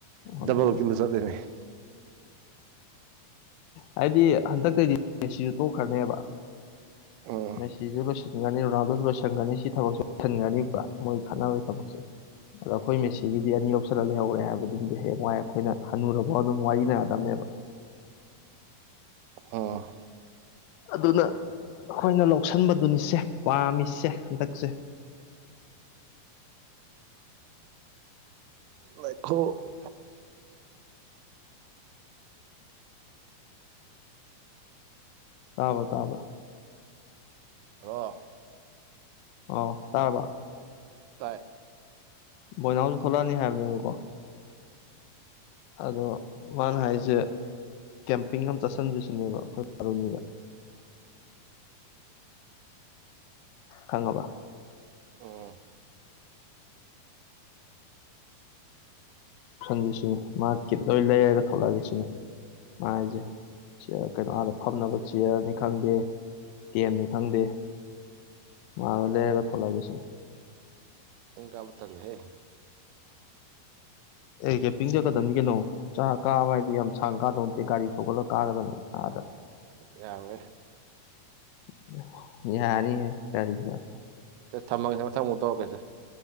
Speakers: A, on the left; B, on the right.
A: ꯑꯗꯨꯅꯤ
B: ꯗꯕꯜ ꯀꯤꯜꯗ <unintelligible> ꯆꯠꯂꯤꯅꯦ
A: ꯍꯥꯏꯗꯤ ꯍꯟꯗꯛꯇꯩꯗꯤ ꯃꯤꯁꯤꯖꯨ ꯇꯣꯛꯈ꯭ꯔꯅꯦꯕ
B: ꯎꯝ
A: ꯃ‌ꯦꯁꯤꯁꯨ ꯂꯣꯏꯁꯟ ꯁꯟꯅꯤ ꯔꯣꯅꯥꯜꯗꯣꯁ ꯂꯣꯏꯁꯟꯒꯔꯅꯤ ꯁꯤ ꯊꯕꯛꯁ‌ꯦ ꯂꯣꯏꯁꯤꯟꯒꯅꯤꯕ ꯃꯣꯏ ꯈꯠꯅꯕꯒꯤ ꯊꯕꯛꯁꯦ ꯑꯗꯣ ꯑꯩꯈꯣꯏ ꯃꯦꯁꯤꯒꯤꯗꯤ ꯑꯅꯤ ꯂꯧꯁꯜꯂ ꯂꯩꯍꯧꯔꯦ ꯍꯥꯏꯕꯗꯨꯝꯗꯤ ꯍꯌꯦꯡꯋꯥꯏ ꯑꯩꯈꯣꯏꯅ ꯍꯅꯨꯔꯥ ꯑꯗꯨꯝ ꯋꯥꯔꯤꯅꯔꯗꯕꯅꯦꯕ
B: ꯑꯣ
A: ꯑꯗꯨꯅ ꯑꯩꯈꯣꯏꯅ ꯂꯧꯁꯟꯕꯗꯨꯅꯤꯁꯦ ꯄꯥꯝꯃꯤꯁꯦ ꯍꯟꯗꯛꯁꯦ
B: ꯃꯈꯨ <unintelligible>
A: ꯇꯥꯕ꯭ꯔꫭ ꯇꯥꯕ꯭ꯔꫭ
B: ꯍ‌ꯦꯜꯂꯣ
A: ꯑꯣ ꯇꯥꯔ꯭ꯕꫭ
B: ꯇꯥꯏ
A: ꯕꯣꯏꯅꯥꯎꯁꯨ ꯊꯣꯛꯂꯛꯑꯅꯤ ꯍꯥꯏꯕꯅꯦꯕꯀꯣ ꯑꯗꯣ ꯃꯥꯅ ꯍꯥꯏꯁꯦ ꯀꯦꯝꯄꯤꯡ ꯑꯃ ꯆꯠꯁꯤꯟꯖ‌ꯦ ꯁꯤꯅꯦꯕ ꯑꯩꯈꯣꯏ ꯄꯕꯥꯔꯣꯅꯤꯗ ꯈꯪꯉꯕ
B: ꯎꯝ
A: ꯁꯟꯕꯤꯁꯤꯅꯤ <unintelligible> ꯃꯥ ꯀꯠ ꯂꯣꯏ ꯂꯩꯔꯒ ꯊꯣꯛꯂꯛꯑꯒꯦ ꯁꯤꯅꯤ ꯃꯥ ꯍꯥꯏꯁꯦ ꯀꯩꯅꯣ ꯑꯗ ꯐꯝꯅꯕ ꯆꯤꯌꯔꯅꯤ ꯈꯪꯗꯦ ꯇ‌ꯦꯟꯅꯤ ꯈꯪꯗꯦ ꯃꯥꯅ ꯂꯩꯔꯒ ꯊꯣꯛꯂꯛꯑꯒ ꯁꯤꯅꯤ
B: ꯆꯤꯡ‌ ꯀꯥꯕ ꯇꯟꯂꯤꯍꯦ
A: ꯑ‌ꯦ ꯀꯦꯝꯄꯤꯡ ꯆꯠꯀꯗꯕꯅꯤ ꯀꯩꯅꯣ ꯆꯥꯛ ꯀꯥꯕ ꯍꯥꯏꯗꯤ ꯌꯥꯝ ꯁꯥꯡ ꯀꯥꯗꯧ ꯅꯠꯇꯦ ꯒꯥꯔꯤ ꯊꯧꯒꯠꯂꯒ ꯀꯥꯒꯗꯕꯅꯤ ꯑꯗꯥ
B: ꯌꯥꯎꯋꯤ
A: ꯡꯍꯦ ꯀ꯭ꯔꯤꯕ ꯊꯊꯣꯪꯂꯕꯁꯨꯡꯔꯇ <unintelligible>
B: ꯁ‌ꯦ ꯊꯝꯃꯒꯦꯁ‌ꯦ ꯃꯪ ꯊꯪꯪꯃꯨꯛꯧꯔꯦꯁꯦ